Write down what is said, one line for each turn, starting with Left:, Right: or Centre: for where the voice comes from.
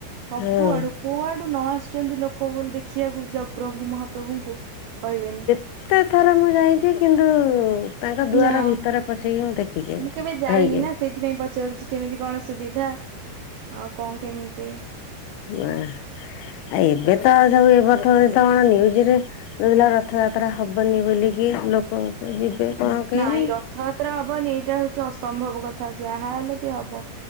Right: ସବୁ
Left: ହଁ।
Right: ଆଡୁ କୁଆଡୁ ନ ଆସୁଛନ୍ତି ଲୋକ ବୋଲି ଦେଖିବାକୁ ଜଗ ପ୍ରଭୁ ମହାପ୍ରଭୁଙ୍କୁ କହିବେନି।
Left: ଏତେ ଥର ମୁଁ ଯାଇଚି କିନ୍ତୁ ତାଙ୍କ ଦୁଆର
Right: ନା
Left: ଭିତରେ ପଶିକି ମୁଁ ଦେ ଦେଖିକି
Right: ମୁଁ
Left: ଆଇଚି
Right: କେବେ ଯାଇନି
Left: ଧରକି
Right: ନା
Left: ଆଇ
Right: ସେଇଥିପାଇଁ ପଚାରୁଚି କେମିତି କଣ ସୁବିଧା ଆଉ କଣ କେମିତି?
Left: ଆଁ ଆ ଏବେ ତ ସବୁ ଏବର୍ଷ ତ କଣ ନ୍ୟୁଜରେ କୋହୁଥିଲା ରଥଯାତ୍ରା ହବନି ବୋଲିକି ଲୋକ ବାକ ଯିବେ କଣ କେଇଆଣି।
Right: ନାଇଁ ରଥଯାତ୍ରା ହବନି ଏଇଟା ହଉଛି ଅସମ୍ଭବ କଥା ଯାହା ହେଲେ ବି ହବ।